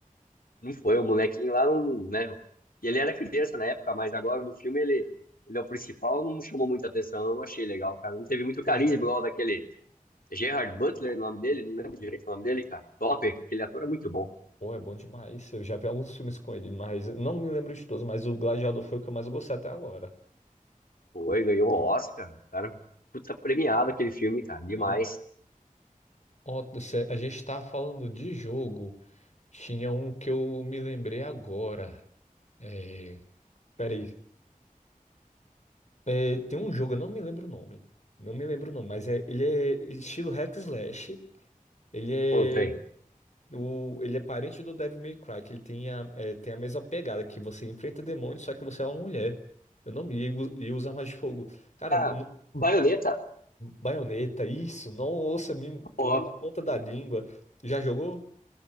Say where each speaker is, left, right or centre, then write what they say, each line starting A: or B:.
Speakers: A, on the left (about 85°); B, on the left (about 55°).
A: não foi. O molequinho lá, não, né? Ele era criança na época, mas agora no filme ele, ele é o principal, não chamou muita atenção. Eu não achei legal, cara. Não teve muito
B: Pois
A: carisma
B: é.
A: igual daquele Gerard Butler, o nome dele. Não lembro direito o nome dele, cara. Top, aquele ator é muito bom.
B: Pô, é bom demais. Eu já vi alguns filmes com ele, mas não me lembro de todos, mas o Gladiador foi o que eu mais gostei até agora.
A: Foi, ganhou um Oscar, cara, puta premiado aquele filme, cara, demais.
B: Sim. Ó, cê- a gente tá falando de jogo. Tinha um que eu me lembrei agora. É... Peraí, É, tem um jogo, eu não me lembro o nome. Não me lembro o nome, mas é, ele é estilo hack slash. Ele é,
A: Contei.
B: o, ele é parente do Devil May Cry, que ele tem a, é, tem a mesma pegada, que você enfrenta demônios, só que você é uma mulher. Eu não me ligo e usa armas de fogo. Cara,
A: Ah,
B: n-
A: Baioneta,
B: baioneta, isso, nossa, me, tava
A: ó,
B: na ponta da língua. Já jogou?